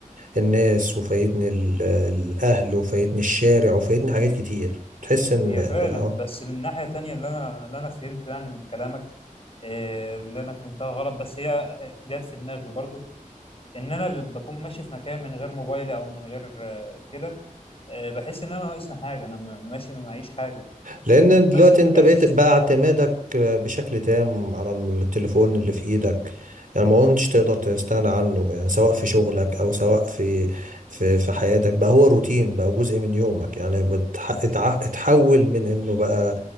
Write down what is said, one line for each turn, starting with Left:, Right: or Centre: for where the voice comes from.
Right: الناس وفايتني ال- الاهل وفايتني الشارع وفايتني حاجات كتير تحس ان
Left: هي
Right: يعني
Left: فعلا
Right: لا آه.
Left: بس من ناحيه تانية اللي انا اللي انا فهمته يعني من كلامك آه اللي انا فهمتها غلط بس هي جت في دماغي برضو ان انا ب- بكون ماشي في مكان من غير موبايلي او من غير آه كده آه بحس ان انا ناقصني حاجه انا م- ماشي ما معيش حاجه
Right: لان
Left: مم.
Right: دلوقتي
Left: ناقص
Right: انت
Left: حاجة
Right: بقيت
Left: أساسية
Right: بقى اعتمادك آه، بشكل تام على التليفون اللي في ايدك يعني ما كنتش تقدر تستغنى عنه يعني سواء في شغلك او سواء في في في حياتك بقى هو روتين بقى جزء من يومك يعني بتح... اتع... اتحول من انه بقى